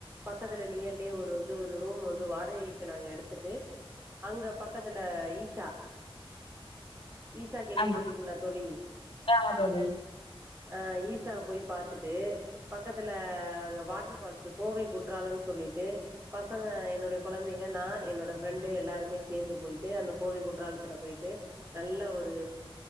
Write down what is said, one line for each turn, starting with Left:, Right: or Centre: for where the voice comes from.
Right: பக்கத்துல நியர்லேயே ஒரு வந்து ஒரு ரூம் வந்து வாடகைக்கி நாங்க எடுத்துட்டு அங்க பக்கத்துல ஈஷா ஈஷா கேள்விப்பட்டிருக்கீங்களா
Left: ஆமா
Right: தோழி
Left: ஆமா தோழி
Right: ஆ ஈஷா போய் பாத்துட்டு பக்கத்துல அங்க வாட்டர் பால்ஸு கோவை குற்றாலன் சொல்லிட்டு பசங்க என்னோடைய குழந்தைங்க நா என்னோட ஃப்ரெண்டு எல்லாருமே சேந்து போய்ட்டு அந்த கோவில் குற்றாலத்துல போய்ட்டு நல்ல ஒரு